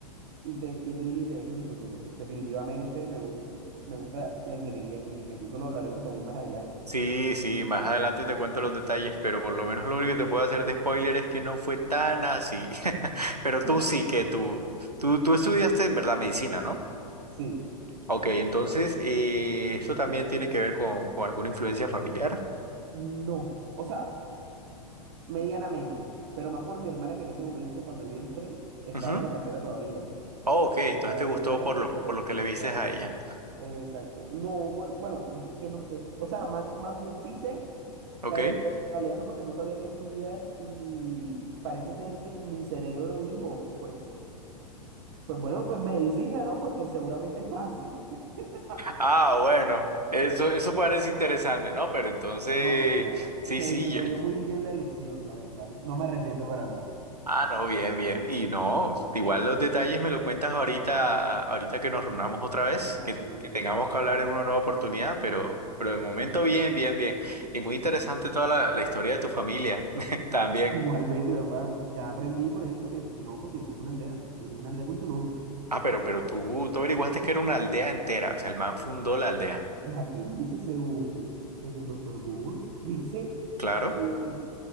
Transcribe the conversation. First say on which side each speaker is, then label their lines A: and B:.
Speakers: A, on the right; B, on the right.
A: y, te, y tú dijiste, ese es mi futuro. Definitivamente me, gu- me gusta la ingeniería química, que eso lo hablaremos también más adelante.
B: Sí, sí, más adelante te cuento los detalles, pero por lo menos lo único que te puedo hacer de spoiler es que no fue tan así. <laughs> Pero
A: No.
B: tú sí que tú, tú, tú estudiaste, ¿verdad? Medicina, ¿no?
A: Sí,
B: Ok, entonces, eh, esto también tiene que ver con, con alguna influencia familiar.
A: no. O sea, medianamente, pero más por mi hermana que en ese momento, cuando yo entré, estaba
B: Ujú.
A: en la carrera todavía.
B: Oh, ok, entonces
A: Ella
B: te gustó
A: ya se graduó,
B: por lo,
A: pero
B: por lo que
A: ella
B: le viste
A: está.
B: a ella.
A: Exacto. No, bueno, bueno, es que no sé. O sea, más, más bien sí sé,
B: Ok.
A: pero en realidad fue porque no sabía qué estudiar y parece ser que mi cerebro dijo, pues, pues bueno, pues medicina, ¿no? Porque seguramente es fácil. <laughs>
B: Ah, bueno, eso, eso parece interesante, ¿no? Pero entonces,
A: No, pero ya.
B: sí,
A: Se
B: sí,
A: desarrolló
B: yo.
A: muy bien la elección, la verdad. No me arrepiento para nada.
B: Ah, no, bien, bien. Y no, igual los detalles me lo cuentas ahorita, ahorita que nos reunamos otra vez,
A: Claro
B: que, te-
A: que
B: que
A: sí, papá.
B: tengamos que hablar en una nueva oportunidad, pero, pero de momento bien, bien, bien. Y muy interesante toda la, la historia de tu familia <laughs> también.
A: Igualmente, papá. Ya aprendí, por ejemplo, que en Tinoco tuviste una aldea. Tuviste una aldea con tu nombre.
B: Ah, pero, pero tú, tú averiguaste que era una aldea entera, o sea, el man fundó la aldea.
A: Pues aquí dice, según, según Doctor Google, <laughs> dice
B: Claro,
A: que